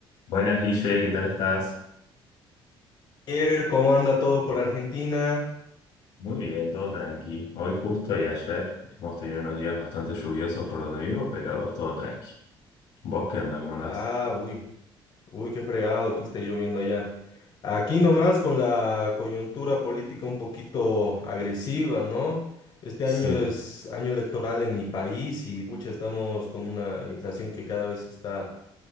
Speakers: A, on the left (about 75°); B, on the left (about 50°).
A: Buenas, Guille, ¿qué tal estás?
B: Javier, ¿Cómo anda todo por Argentina?
A: Muy bien, todo tranqui. Hoy justo y ayer hemos tenido unos días bastante lluviosos por donde vivo, pero todo tranqui. ¿Vos qué onda? ¿Cómo andás?
B: Ah, uy, uy, qué fregado que esté lloviendo allá. Aquí nomás con la coyuntura política un poquito agresiva, ¿no? Este
A: Sí,
B: año es año electoral en mi país y pucha, estamos con una inflación que cada vez está